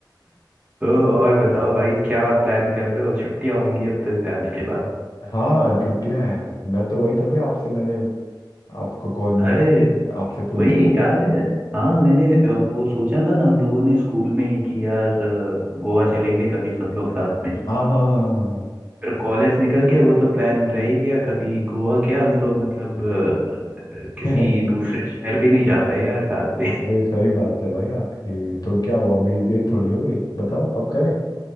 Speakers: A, on the right (about 20°); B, on the left (about 60°).
A: तो और बताओ भाई क्या प्लान कर रहे हो छुट्टियां होंगी अब तो एग्जाम्स के बाद
B: हाँ छुट्टियां हैं मैं तो वही तभी आपसे मैंने आपको कॉल मिला
A: अरे
B: आपसे पूछूं
A: वही याद है हाँ मैंने अ, वो सोचा था ना हम लोगों ने स्कूल में ही कि यार अ, गोवा चलेंगे कभी सब लोग साथ में
B: हाँ हाँ हाँ हाँ
A: फिर कॉलेज निकल के वो तो प्लान रह ही गया कभी गोवा क्या हम तो मतलब अ, किसी
B: हाँ।
A: दूसरे शहर भी नहीं जा पाए यार साथ
B: <laughs> ये
A: में
B: सही बात है भाई आपकी तो क्या हुआ अभी देर थोड़ी हो गई बताओ आप करें